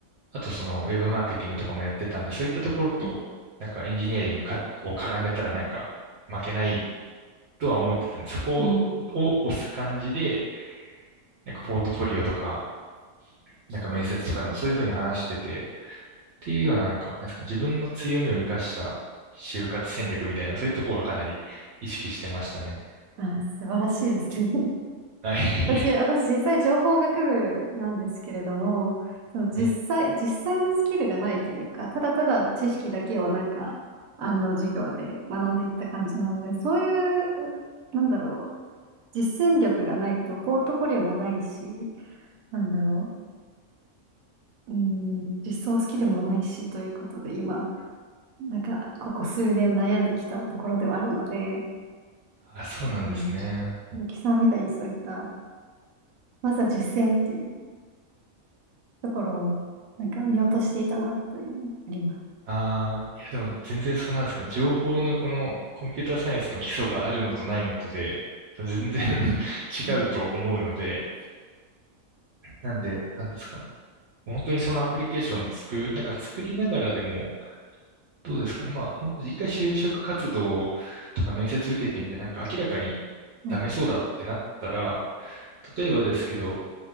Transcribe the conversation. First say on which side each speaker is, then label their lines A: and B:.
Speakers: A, on the right; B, on the right.
A: あとそのウェブマーケティングとかもやってたんで、そういったところと、
B: うん。
A: なんかエンジニアリングかを絡めたらなんか負けないとは思ってたんで、そこを押す感じで、
B: うん
A: なんかポートフォリオとか、なんか面接とかでもそういうふうに話してて、っていうようななんか、なんですかね、自分の強みを生かした就活戦略みたいな、そういうとこはかなり意識してましたね。
B: あー、素晴らしいですね。
A: はい。
B: 私、私実際情報学部なんですけれども、
A: <laughs>
B: その実際、
A: はい
B: 実際のスキルがないというか、ただただ知識だけをなんか、あの、授業で学んでいった感じなので、そういう、なんだろう、実践力がないと、ポートフォリオもないし、なんだろう、うーん、実装スキルもないし、ということで、今、なんか、ここ数年悩んできたところではあるので、
A: あ、そうなんですね。
B: うん、ゆきさんみたいにそういった、まずは実践っていう、ところを、なんか見落としていたな、というのがあります
A: ああ、いやでも全然そうなんですかね。情報のこのコンピューターサイエンスの基礎があるのとないのとで、全然 <laughs>
B: ね。
A: 違うと思うので、なんで、なんですかね。本当にそのアプリケーション作、なんか作りながらでも、どうですかね。まあ、ほん一回就職活動とか面接受けてみて、なんか明らかにダメそうだってなったら、
B: はい。
A: 例えばですけど、